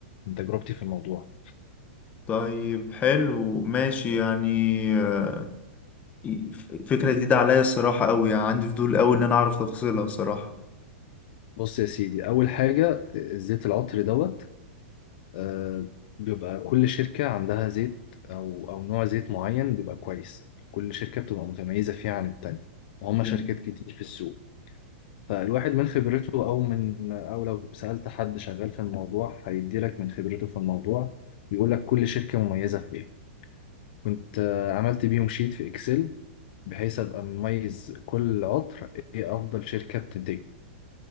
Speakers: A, on the left (about 50°); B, on the left (about 20°).
A: من تجربتي في الموضوع
B: طيب حلو ماشي يعني آه، ف- فكرة جديدة عليا الصراحة قوي يعني عندي فضول قوي ان انا اعرف تفاصيلها الصراحة
A: بص يا سيدي أول حاجة الزيت العطري دوت آه، بيبقى كل شركة عندها زيت أو أو نوع زيت معين بيبقى كويس كل شركة بتبقى متميزة فيه عن التانية وهم
B: جميل.
A: شركات كتير في السوق فالواحد من خبرته أو من أو لو سألت حد شغال في الموضوع هيديلك من خبرته في الموضوع بيقولك كل شركة مميزة في إيه كنت آه، عملت بيهم شيت في إكسل بحيث أبقى مميز كل عطر إيه أفضل شركة بتنتج